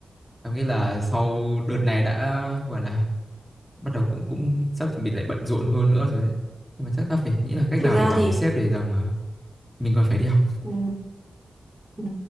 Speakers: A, in the centre; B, on the right (about 20°).
A: Tao nghĩ là sau đợt này đã gọi là bắt đầu cũng cũng sắp chuẩn bị lại bận rộn hơn nữa rồi đấy nhưng mà chắc ta phải nghĩ là cách
B: thực
A: nào
B: ra
A: để bảo
B: thì
A: với sếp để rằng à, mình còn phải đi học
B: ừ. Ừ.